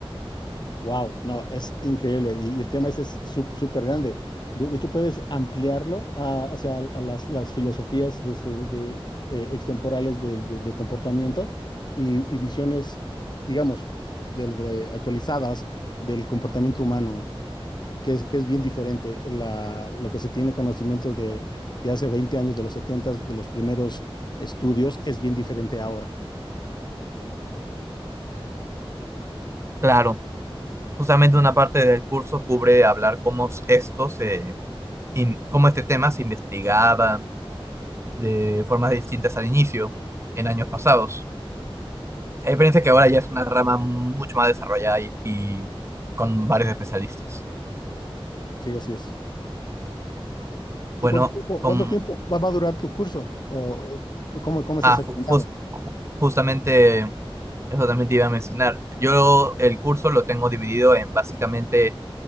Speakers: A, on the left (about 50°); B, on the right (about 30°).
A: Wow, no, es increíble. Y, y el tema ese es sup- súper grande. De, de hecho, puedes ampliarlo a- hacia a las, las filosofías de, este- de, eh, extemporales del de- del comportamiento y, y visiones, digamos, del- de actualizadas del comportamiento humano. que es, que es bien diferente eh, la- lo que se tiene conocimientos de, de hace 20 años, de los 70, de los primeros estudios, es bien diferente ahora.
B: Claro, justamente una parte del curso cubre hablar cómo esto se, in- cómo este tema se investigaba de formas distintas al inicio en años pasados. A diferencia que ahora ya es una rama mucho más desarrollada y y con varios especialistas.
A: Sí, así es.
B: Bueno,
A: ¿Y cuánto tiempo,
B: con
A: cuánto tiempo va, va a durar tu curso? ¿O cómo, cómo estás
B: Ah,
A: segmentado?
B: ju- jus- ju- justamente eso también te iba a mencionar. Yo el curso lo tengo dividido en básicamente